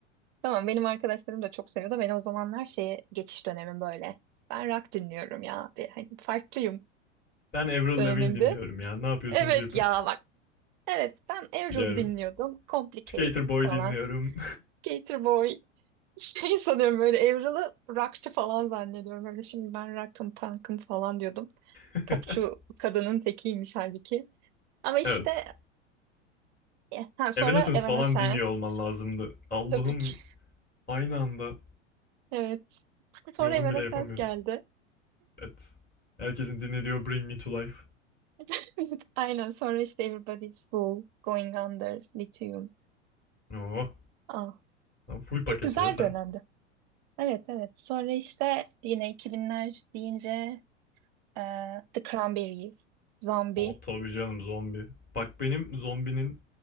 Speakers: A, on the right; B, on the left.
A: Tamam benim arkadaşlarım da çok seviyordu. Ben o zamanlar şeye geçiş dönemim böyle. Ben rock dinliyorum ya. Bir, hani farklıyım
B: Ben Avril
A: dönemimde.
B: Lavigne dinliyorum ya. Ne yapıyorsanız
A: Evet
B: yapın.
A: ya bak. Evet ben Avril
B: Biliyorum.
A: dinliyordum. Complicated
B: Skater Boy
A: falan.
B: dinliyorum.
A: Gatorboy. Şey sanıyorum böyle Evralı rockçı falan zannediyorum. Öyle şimdi ben rock'ım punk'ım falan diyordum.
B: <laughs>
A: Popçu kadının tekiymiş halbuki. Ama işte
B: Evet.
A: eh, ha, sonra
B: Evanescence
A: Evanescence.
B: falan dinliyor olman lazımdı. Allah'ım
A: Tabii ki.
B: aynı anda
A: Evet. Sonra
B: yorum
A: Evanescence
B: bile yapamıyorum.
A: geldi.
B: Evet. Herkesin dinlediği Bring Me To Life.
A: <laughs> Aynen sonra işte Everybody's Fool, Going Under, Lithium.
B: Oh.
A: Ah,
B: Lan full paket
A: iyi güzel
B: ya sen.
A: dönemdi. Evet evet. Sonra işte yine 2000'ler deyince eh, The Cranberries, Zombie.
B: Oh tabii canım zombi. Bak benim zombinin